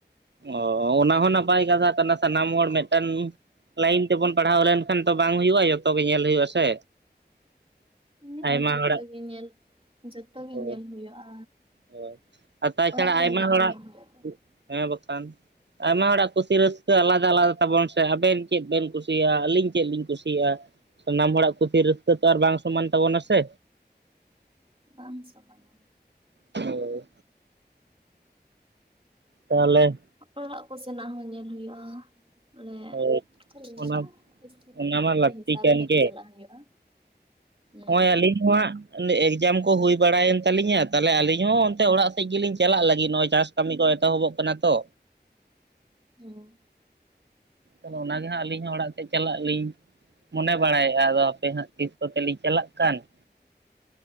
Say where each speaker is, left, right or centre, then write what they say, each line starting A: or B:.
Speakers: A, on the right; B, on the right.
A: ᱚᱻ ᱚᱱᱟ ᱦᱚᱸ ᱱᱟᱯᱟᱭ ᱠᱟᱛᱷᱟ ᱠᱟᱱᱟ ᱥᱟᱱᱟᱢ ᱦᱚᱲ ᱢᱮᱫᱴᱮᱱ ᱞᱟᱭᱤᱱ ᱛᱮᱵᱚᱱ ᱯᱟᱲᱦᱟᱣ ᱞᱮᱱᱠᱷᱟᱱ ᱛᱚ ᱵᱟᱝ ᱦᱩᱭᱩᱜᱼᱟ ᱡᱚᱛᱚ ᱜᱮ ᱧᱮᱞ ᱦᱩᱭᱩᱜᱼᱟ ᱥᱮ
B: ᱦᱮᱸ
A: ᱟᱭᱢᱟ
B: ᱟᱨ ᱡᱚᱛᱚ
A: ᱦᱚᱲᱟᱜ
B: ᱜᱮ ᱧᱮᱞ ᱡᱚᱛᱚ ᱜᱮ
A: ᱦᱳᱭ
B: ᱧᱮᱞ ᱦᱩᱭᱩᱜᱼᱟ
A: ᱦᱳᱭ ᱟᱨ ᱛᱟᱪᱷᱟᱲᱟ
B: ᱚᱲᱟᱜ ᱠᱚᱨᱮᱱᱟᱜ
A: ᱟᱭᱢᱟ ᱦᱚᱲᱟᱜ
B: ᱦᱚᱸ ᱧᱮᱞ ᱦᱩᱭᱩᱜᱼᱟ ᱛᱚ
A: ᱦᱮᱸ ᱵᱟᱠᱷᱟᱱ ᱟᱭᱢᱟ ᱦᱚᱲᱟᱜ ᱠᱩᱥᱤ ᱨᱟᱹᱥᱠᱟᱹ ᱟᱞᱟᱫᱟ ᱟᱞᱟᱫᱟ ᱛᱟᱵᱚᱱ ᱥᱮ ᱟᱵᱮᱱ ᱪᱮᱫ ᱵᱮᱱ ᱠᱩᱥᱤᱭᱟᱜᱼᱟ ᱟᱹᱞᱤᱧ ᱪᱮᱫ ᱞᱤᱧ ᱠᱩᱥᱤᱭᱟᱜᱼᱟ ᱥᱟᱱᱟᱢ ᱦᱚᱲᱟᱜ ᱠᱩᱥᱤ ᱨᱟᱹᱥᱠᱟᱹ ᱛᱚ ᱟᱨ ᱵᱟᱝ ᱥᱚᱢᱟᱱ ᱛᱟᱵᱚᱱᱟ ᱥᱮ
B: ᱵᱟᱝ ᱥᱚᱢᱟᱱᱟ
A: ᱦᱳᱭ ᱛᱟᱦᱞᱮ
B: ᱚᱲᱟᱜ ᱠᱚ ᱥᱮᱱᱟᱜ ᱦᱚᱸ ᱧᱮᱞ ᱦᱩᱭᱩᱜᱼᱟ ᱵᱚᱞᱮ
A: ᱦᱳᱭ
B: ᱪᱮᱫ ᱠᱤᱧ ᱢᱮᱱᱟ
A: ᱚᱱᱟ
B: ᱥᱛᱷᱤᱛᱤ
A: ᱚᱱᱟ ᱢᱟ
B: ᱜᱮ
A: ᱞᱟᱹᱠᱛᱤ
B: ᱦᱤᱥᱟᱵ
A: ᱠᱟᱱ
B: ᱛᱮᱜᱮ
A: ᱜᱮ
B: ᱪᱟᱞᱟᱜ ᱦᱩᱭᱩᱜᱼᱟ ᱦᱮᱸ
A: ᱱᱚᱜᱼᱚᱭ ᱟᱹᱞᱤᱧ ᱦᱚᱸ ᱦᱟᱜ <unintelligible> ᱮᱠᱡᱟᱢ ᱠᱚ ᱦᱩᱭ ᱵᱟᱲᱟᱭᱮᱱ ᱛᱟᱞᱤᱧᱟ ᱛᱟᱞᱦᱮ ᱟᱹᱞᱤᱧ ᱦᱚᱸ ᱚᱱᱛᱮ ᱚᱲᱟᱜ ᱥᱮᱫ ᱜᱮᱞᱤᱧ ᱪᱟᱞᱟᱜ ᱞᱟᱹᱜᱤᱫ ᱱᱚᱜᱼᱚᱭ ᱪᱟᱥ ᱠᱟᱹᱢᱤ ᱠᱚ ᱮᱛᱚᱦᱚᱵᱚᱜ ᱠᱟᱱᱟ ᱛᱚ
B: ᱦᱮᱸ
A: ᱟᱫᱚ ᱚᱱᱟᱜᱮ ᱦᱟᱸᱜ ᱟᱹᱞᱤᱧ ᱦᱚᱸ ᱚᱲᱟᱜ ᱥᱮᱫ ᱪᱟᱞᱟᱜ ᱞᱤᱧ ᱢᱚᱱᱮ ᱵᱟᱲᱟᱭᱮᱫᱼᱟ ᱟᱫᱚ ᱦᱟᱯᱮ ᱦᱟᱸᱜ ᱛᱤᱥ ᱠᱚᱛᱮᱞᱤᱧ ᱪᱟᱞᱟᱜ ᱠᱟᱱ <inaudible>